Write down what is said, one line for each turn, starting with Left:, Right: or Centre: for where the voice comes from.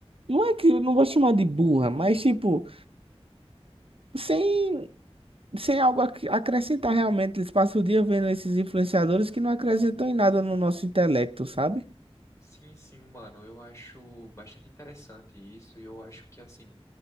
Right: Não é que eu não vou chamar de burra, mas tipo, sem, sem algo a acrescentar realmente. Eles passam o dia vendo esses influenciadores que não acrescentam em nada no nosso intelecto, sabe?
Left: Sim, sim, mano, eu acho bastante interessante isso e eu acho que, assim,